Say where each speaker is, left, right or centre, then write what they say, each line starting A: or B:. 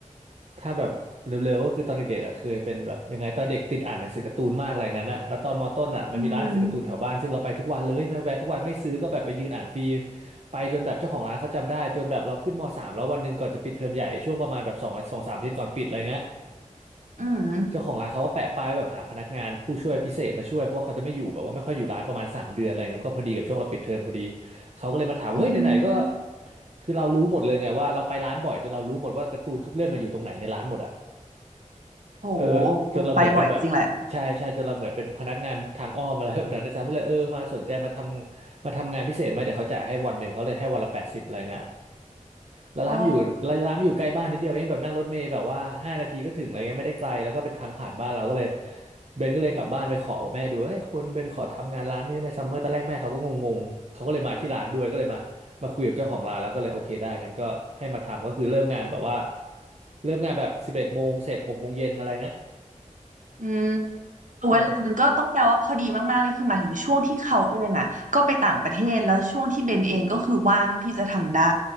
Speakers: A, on the right (about 55°); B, on the right (about 70°).
A: ถ้าแบบเร็วๆก็คือตอนเด็กๆอ่ะเคยเป็นแบบยังไงตอนเด็กติดอ่านหนังสือการ์ตูนมากอะไรงั้นอะแล้วตอนมต้นอ่ะมันมีร้านหนังสือการ์ตูนแถวบ้านซึ่งเราไปทุกวันเลยไม่แวะทุกวันไม่ซื้อก็แบบไปยืนอ่านฟรี
B: อืม
A: ไปจนแบบเจ้าของร้านเขาจำได้จนแบบเราขึ้นมสามแล้ววันหนึ่งก่อนจะปิดเทอมใหญ่ช่วงประมาณแบบสองสองสามอาทิตย์ก่อนปิดอะไรเงี้ย
B: อืม
A: เจ้าของร้านเขาก็แปะป้ายแบบหาพนักงานผู้ช่วยพิเศษมาช่วยเพราะว่าเขาจะไม่อยู่แบบว่าไม่ค่อยอยู่ร้านประมาณสามเดือนอะไรเงี้ยมันก็พอดีกับช่วงเราปิดเทอมพอดีเขาก็เลยมาถามว่าเฮ้ยไหนๆก็
B: อืม
A: คือเรารู้หมดเลยไงว่าเราไปร้านบ่อยจนเรารู้หมดว่าการ์ตูนทุกเล่มมาอยู่ตรงไหนในร้านหมดอ่ะ
B: โห
A: เออจนเราเหมือนเป็นแบบ
B: ไปบ่อยจริงแหละ
A: ใช่ใช่จนเราเหมือนเป็นพนักงานทางอ้อมอะไรแบบนั้นอาจารย์ก็เลยเออมาสนใจมาทำมาทำงานพิเศษไหมเดี๋ยวเขาจ่ายให้วันหนึ่งเขาเลยให้วันละแปดสิบอะไรเงี้ย แล้วร้านมันอยู่ร้านมันอยู่ใกล้บ้านนิดเดียวเองแบบนั่งรถเมล์แบบว่าห้านาทีก็ถึงอะไรเงี้ยไม่ได้ไกลแล้วก็เป็นทางผ่านบ้านเราก็เลย
B: อ๋อ
A: เบนก็เลยกลับบ้านไปขอแม่ดูเอ้ยเบนเบนขอทำงานร้านนี้ได้ไหมซัมเมอร์ตอนแรกแม่เขาก็งงๆเขาก็เลยมาที่ร้านด้วยก็เลยมามาคุยกับเจ้าของร้านแล้วก็เลยโอเคได้งั้นก็ให้มาทำก็คือเริ่มงานแบบว่าเริ่มงานแบบสิบเอ็ดโมงเสร็จหกโมงเย็นอะไรเงี้ย
B: อืม
A: ใช่วยครับ
B: เวลามันก็ต้องแปลว่าพอดีมากๆเลยคือหมายถึงช่วงที่เขาเองอ่ะก็ไปต่างประเทศแล้วช่วงที่เบนเองก็คือว่างที่จะทำได้